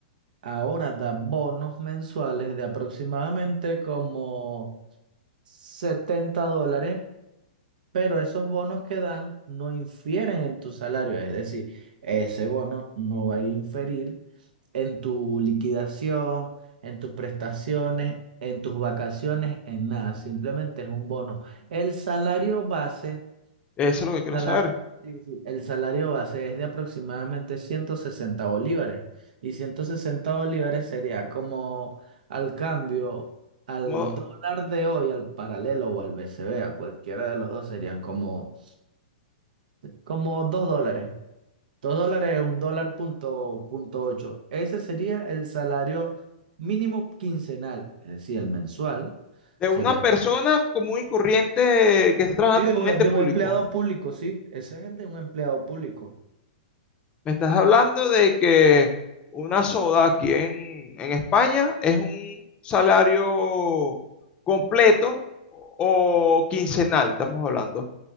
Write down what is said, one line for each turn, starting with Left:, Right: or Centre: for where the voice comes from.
Right: ahora da bonos mensuales de aproximadamente como 70 dólares, pero esos bonos que dan no infieren en tu salario, es decir, ese bono no va a inferir en tu liquidación, en tus prestaciones, en tus vacaciones, en nada, simplemente es un bono. El salario base
Left: Eso es lo que quiero
Right: Sala-
Left: saber.
Right: sí, sí, El salario base es de aproximadamente 160 bolívares y 160 bolívares sería como al cambio al
Left: Como
Right: dólar de hoy, al paralelo o al BCB, a cualquiera de los dos serían como, como 2 dólares. dos dólares es un dólar punto, punto ocho. Ese sería el salario mínimo quincenal, es decir, el mensual
Left: de
Right: sería
Left: una persona
Right: como-
Left: común y corriente que esté trabajando
Right: sí, de
Left: en
Right: un,
Left: un ente
Right: de
Left: público.
Right: un empleado público, sí, ese es el de un empleado público.
Left: Me estás hablando de que una soda aquí en, en España es un salario completo o quincenal, estamos hablando